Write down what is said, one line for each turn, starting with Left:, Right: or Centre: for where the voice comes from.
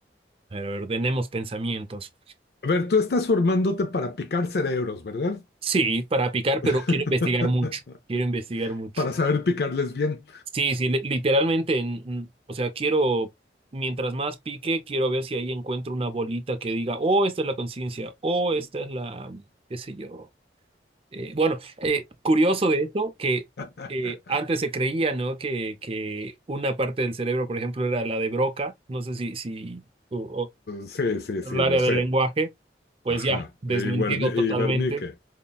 Right: a ver, a ver, tenemos pensamientos.
Left: A ver, tú estás formándote para picar cerebros, ¿verdad?
Right: Sí, para picar,
Left: <laughs>
Right: pero quiero investigar mucho. Quiero investigar mucho.
Left: Para saber picarles bien.
Right: Sí, sí, li- literalmente, en- mm, o sea, quiero, mientras más pique, quiero ver si ahí encuentro una bolita que diga, oh, esta es la conciencia, oh, esta es la, qué sé yo. Eh, bueno, eh, curioso de eso que
Left: <laughs>
Right: eh, antes se creía, ¿no? Que, que una parte del cerebro, por ejemplo, era la de Broca, no sé si, si o- o
Left: Sí, sí, sí,
Right: el área
Left: lo sé.
Right: del lenguaje, pues
Left: Ajá.
Right: ya, desmentido
Left: Y, Guerni-
Right: totalmente.
Left: y Bernique.